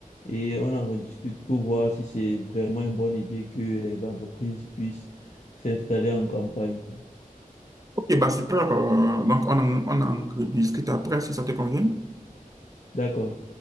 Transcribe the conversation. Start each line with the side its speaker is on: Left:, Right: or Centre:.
Left: Et on en rediscute pour voir si c'est vraiment une bonne idée que les entreprises puissent s'installer en campagne.
Right: Ok, bah super. euh, donc, on en, on en rediscute après si ça te convient.
Left: D'accord.